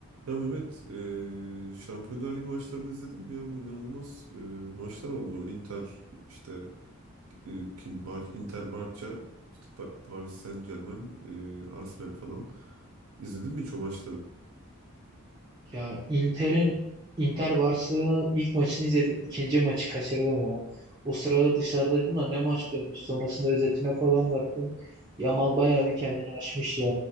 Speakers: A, on the right; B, on the right.
A: Ya Mehmet, e, Şampiyonlar Ligi maçlarını izledin mi ya? Bu inanılmaz e, maçlar oldu. Inter işte e, kim Bar Inter Barça, işte Pa- Paris Saint-Germain, e, Arsenal falan. İzledin mi hiç o maçları?
B: Ya Inter'in Inter Barcelona'nın ilk maçını izledim. ikinci maçı kaçırdım ya. O sırada dışarıdaydım da ne maç dönmüş. Sonrasında özetine falan baktım. Yamal bayağı bir kendini aşmış ya.